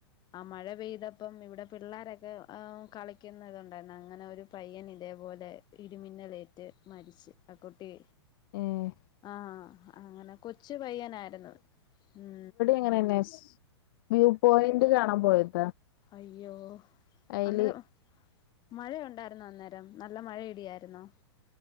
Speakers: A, on the left (about 30°); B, on the left (about 50°).
A: ആഹ് മഴ പെയ്തപ്പം ഇവിടെ പിള്ളോരക്കെ ആഹ് കളിക്കുന്നത്ണ്ടാരുന്നു അങ്ങനെ ഒരു പയ്യൻ ഇതേപോലെ ഇടിമിന്നലേറ്റ് മരിച്ച് ആഹ് കുട്ടി
B: ഏഹ്
A: ആഹ് അങ്ങനെ കൊച്ചു പയ്യനാരുന്ന് ഉം
B: അങ്ങനെന്നേ സ് വ്യൂ പോയന്റ് കാണാൻ പോയതാ
A: അയ്യോ
B: അയില്
A: അന്നരം മഴയൊണ്ടാരുന്നോ അന്നേരം നല്ല മഴേം ഇടിയാര്ന്നോ